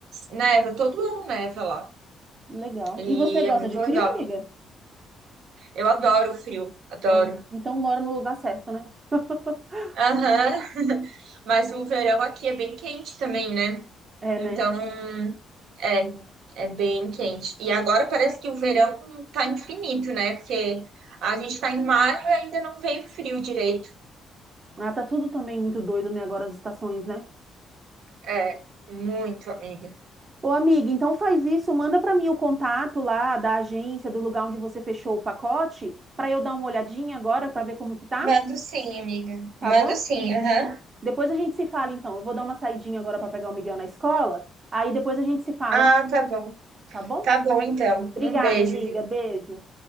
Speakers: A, on the right; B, on the right.
A: neva, todo ano neva lá.
B: legal.
A: E
B: E você gosta
A: é muito
B: de frio,
A: legal.
B: amiga?
A: Eu adoro o frio, adoro.
B: Ah, então mora no lugar certo, né? <laughs>
A: Aham, mas o verão aqui é bem quente também, né?
B: É,
A: Então
B: né?
A: É, é bem quente. E agora parece que o verão tá infinito, né? Porque a gente tá em maio e ainda não veio frio direito.
B: Ah, tá tudo também muito doido, né? Agora as estações, né?
A: É, muito, amiga.
B: Ô, amiga, então faz isso, manda para mim o contato lá da agência, do lugar onde você fechou o pacote, para eu dar uma olhadinha agora para ver como que tá,
A: Mando sim, amiga.
B: tá
A: Mando
B: bom?
A: sim, aham.
B: Depois a gente se fala então. Eu vou dar uma saidinha agora para pegar o Miguel na escola, aí depois a gente se fala,
A: Ah, tá bom.
B: tá bom?
A: Tá bom, então.
B: Obrigada,
A: Um beijo,
B: amiga.
A: viu?
B: Beijo.